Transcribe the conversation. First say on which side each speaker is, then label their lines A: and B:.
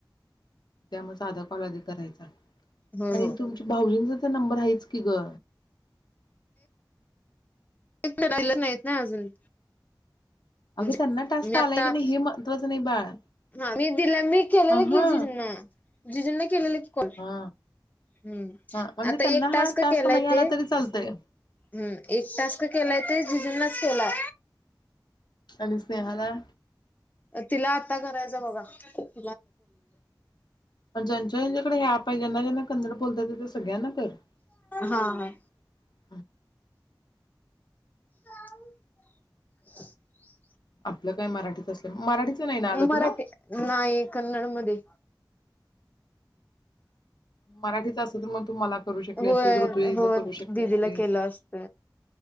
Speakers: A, on the left; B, on the left.
A: त्यामुळे साधा कॉल आधी करायचा.....
B: हो
A: आणि
B: हो
A: तुमची भाऊजीं ज... तिचा नंबर आहेच की ग....
B: <unintelligible> नाही येत ना अजून म्हणजे
A: अग त्यांना टास्क
B: मी
A: आलाय
B: आता
A: की नाही हे महत्वाच. बाळ
B: हा मी दिलं मी केलेलं
A: अ
B: की
A: हा
B: जिजीना... जिजींना केलेलं की....
A: हा
B: हम्
A: हा म्हणजे
B: आता
A: त्यांना
B: एक टास्क
A: हा
B: केला,
A: नाही आला
B: ते
A: तरी चालतय
B: हम् एक टास्क केलाय ते जीजुना चला
A: आणि स्नेहाला
B: तिला आता करायचं बघा ते
A: ज्यांच्या ज्यांच्याकडे हे पहिल्यांदा आले का कन्नड बोलत तथ सगळ्यांना कळलं
B: हा <unintelligible>
A: आपलं काय मराठीच असलं, मराठीचं नाही ना ग आलं
B: मराठी
A: तुला?
B: नाही कन्नड मध्ये
A: मराठी मग तू मला करू शकली
B: होय
A: असतीस ऋतजा
B: हो
A: करू शकली
B: दिदीला
A: असतेसी
B: केलं असत